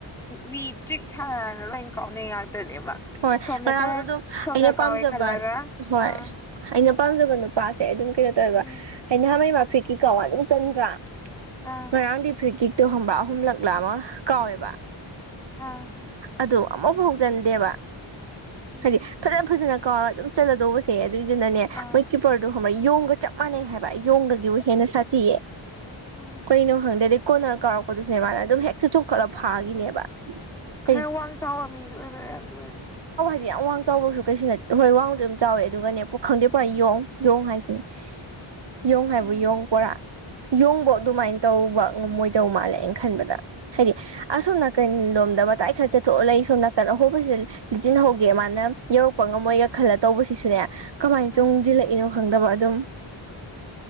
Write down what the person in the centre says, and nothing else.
ꯃꯤ ꯇ꯭ꯔꯤꯛ ꯁꯥꯟꯅꯔꯒ ꯂꯣꯏ ꯀꯥꯎꯅꯩ ꯉꯥꯛꯇꯅꯦꯕ
ꯁꯣꯝꯗ
ꯆꯠ
ꯁꯣꯝꯗ
ꯀꯥꯎꯋꯦ ꯈꯜꯂꯒ
ꯑꯥ
ꯎꯝ
ꯑꯥ
ꯑ
ꯎꯝ
ꯑꯥ
ꯎꯝ
ꯈꯔ
ꯋꯥꯡ ꯆꯥꯎꯕ ꯃꯤꯁꯨ ꯑꯣꯏꯕꯔꯝꯗꯕꯅꯤ
ꯎꯝ
ꯎꯝ
ꯎꯝ